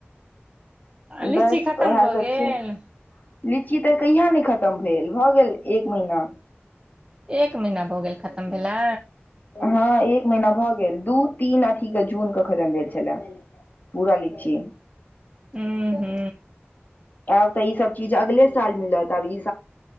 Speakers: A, on the right; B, on the left.
A: लीची
B: <inaudible> बस
A: खतम
B: ओहै
A: भऽ
B: सब
A: गेल
B: छै लीची तऽ कहिया नै खतम भेल भऽ गेल एक महिना
A: एक महीना भऽ गेल खतम भेला
B: हँ एक महिना भऽ गेल दू तीन अथी कऽ जून कऽ खतम भेल छलै पूरा लीची
A: हू हू
B: अब तऽ ई सब चीज अगले साल मिलत अब इ